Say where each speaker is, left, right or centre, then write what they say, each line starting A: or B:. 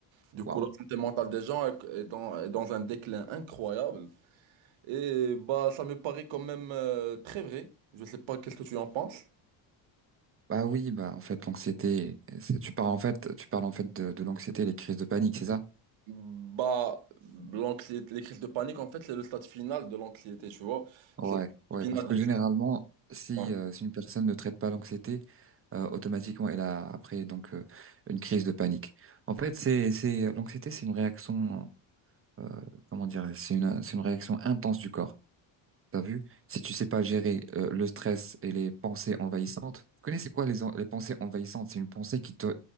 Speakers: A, on the right; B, on the right.
A: Du
B: waouh.
A: coup, la santé mentale des gens est est dans, est dans un déclin incroyable. Et bah, ça me paraît quand même euh, très vrai. Je sais pas qu'est-ce que tu en penses.
B: Bah oui, bah en fait l'anxiété, c'est- tu parles en fait, tu parles en fait de, de l'anxiété, et les crises de panique, c'est ça?
A: Bah, l'anxiété, les crises de panique, en fait, c'est le stade final de l'anxiété, tu vois.
B: Ouais,
A: C'est le
B: ouais, parce
A: final
B: que
A: de
B: généralement, si
A: Ouais.
B: euh, si une personne ne traite pas l'anxiété, euh, automatiquement elle a après donc euh, une crise de panique. En fait, c'est c'est l'anxiété, c'est une réaction, euh, comment dire, c'est une c'est une réaction intense du corps. T'as vu? Si tu sais pas gérer euh, le stress et les pensées envahissantes, tu connais c'est quoi les en- les pensées envahissantes? C'est une pensée qui te